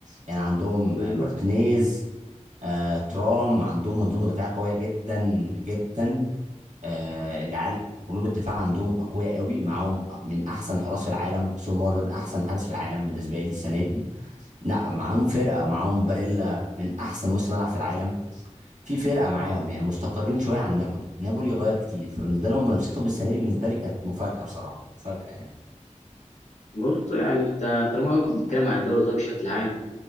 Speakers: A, on the right; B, on the left.
A: يعني عندهم
B: بالظبط
A: مارتينيز آه، ترام عندهم منظومه دفاعيه قويه جدا جدا آه، العيال قلوب الدفاع عندهم اقوياء قوي معاهم من احسن حراس في العالم سومار ده من احسن حارس في العالم بالنسبه لي السنه دي لا معاهم فرقه معاهم باريلا من احسن وسط ملعب في العالم في فرقه معاهم يعني مستقرين شويه عن نابولي نابولي غير كتير فبالنسبه لهم منافستهم السنه دي بالنسبه لي كانت مفاجاه بصراحه مفاجاه يعني
B: بالظبط يعني انت طالما الكلام عن الدوري الايطالي بشكل عام